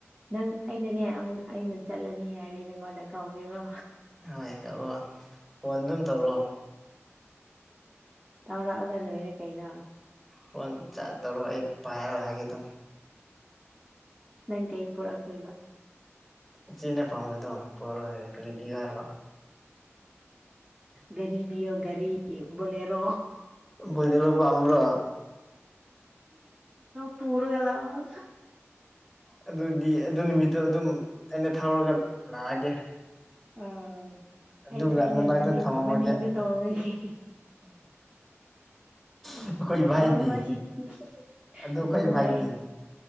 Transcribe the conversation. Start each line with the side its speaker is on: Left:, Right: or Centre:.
Right: ꯅꯪ ꯑꯩꯅꯅꯦ ꯑꯃꯨꯛ ꯑꯩꯅ ꯆꯠꯂꯅꯤ ꯍꯥꯏꯔꯦ ꯅꯪꯉꯣꯟꯗ ꯀꯧꯒꯦꯀꯣ
Centre: ꯍꯣꯏ ꯀꯧꯔꯛ ꯑꯣ ꯐꯣꯟ ꯑꯗꯨꯝ ꯇꯧꯔꯑꯣ
Right: ꯇꯧꯔꯛꯑꯒ ꯂꯣꯏꯔꯦ ꯀꯩꯅꯣ
Centre: ꯐꯣꯟ ꯆꯥꯔ ꯇꯧꯔꯣ ꯑꯩ ꯄꯥꯏꯔꯜꯂꯛꯑꯒꯦ ꯑꯗꯨꯝ
Right: ꯅꯪ ꯀꯩ ꯄꯨꯔꯛ ꯇꯣꯏꯕ
Centre: ꯏꯆꯦꯟꯅ ꯄꯥꯝꯝꯕꯗꯣ ꯄꯨꯔꯛꯣꯀꯂꯣꯏꯔꯦ ꯛꯔꯤꯄꯤꯌꯨ ꯍꯥꯏꯔꯣ
Right: ꯒꯥꯔꯤ ꯄꯤꯌꯣ ꯒꯥꯔꯤ ꯕꯣꯂꯦꯔꯣ
Centre: ꯕꯣꯔꯦꯂꯣ ꯄꯥꯝꯕꯔꯣ
Right: ꯄꯨꯔꯒꯥ ꯂꯛ ꯑꯣ
Centre: ꯑꯗꯨꯗꯤ ꯑꯗꯨ ꯅꯨꯃꯤꯠꯇꯣ ꯑꯗꯨꯝ ꯑꯩꯅ ꯊꯧꯔꯒ ꯂꯥꯛꯑꯒꯦ
Right: ꯎꯝ
Centre: ꯑꯗꯨꯒ
Right: ꯑ ꯑꯩꯅ
Centre: ꯅꯅꯥꯛꯇ
Right: ꯃꯅꯤꯡ
Centre: ꯊꯝꯃꯝꯃꯒꯦ
Right: ꯃꯅꯤꯡꯗ ꯇꯣꯡꯉꯁꯤ
Centre: ꯑꯩꯈꯣꯏ ꯚꯥꯏꯗꯤ
Right: ꯑꯕꯨꯉꯣ ꯁꯤꯗꯤ
Centre: ꯑꯗꯨ ꯑꯩꯈꯣꯏ
Right: ꯑꯕꯨꯡꯑꯣ
Centre: ꯚꯥꯏꯗꯤ
Right: ꯑꯩ